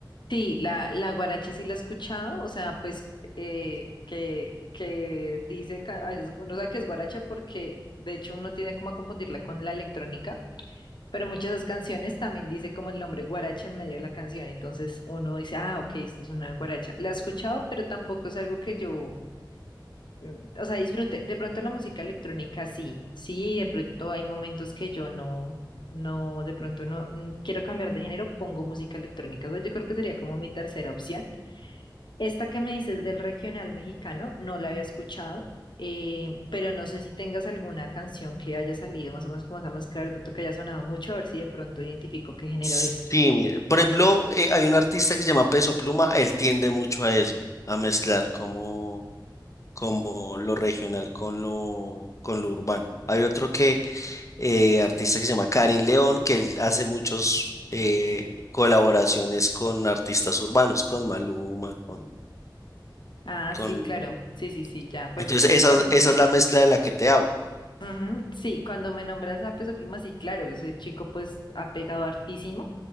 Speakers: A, on the left; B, on the left.
A: Sí, la, la guaracha sí la he escuchado, o sea, pues eh, que, que dice, ca- a veces uno sabe que es guaracha porque de hecho uno tiene como a confundirla con la electrónica, pero muchas de esas canciones también dice como el nombre guaracha en medio de la canción, entonces uno dice, ah, ok, esto es una guaracha. La he escuchado, pero tampoco es algo que yo mm, o sea, disfrute. De pronto la música electrónica sí, sí, de pronto hay momentos que yo no, no, de pronto no mm, quiero cambiar de género, pongo música electrónica. O sea, yo creo que sería como mi tercera opción. Esta que me dices del regional mexicano, no la había escuchado, eh, pero no sé si tengas alguna canción que haya salido más o menos como esa mezcla, de pronto que haya sonado mucho, a ver si de pronto identifico qué género
B: Sí,
A: es.
B: mire. Por ejemplo, eh, hay un artista que se llama Peso Pluma, él tiende mucho a eso, a mezclar como como lo regional con lo, con lo urbano. Hay otro que, eh, artista que se llama Karin León, que él hace muchos eh, colaboraciones con artistas urbanos, con Maluma, con,
A: Ah, sí,
B: con...
A: claro. Sí, sí, sí, ya. Pues,
B: Entonces, esa,
A: cuan-
B: esa es la mezcla de la que te hablo.
A: Ujú, Sí, cuando me nombras a Peso Pluma, sí, claro, ese chico pues ha pegado hartísimo.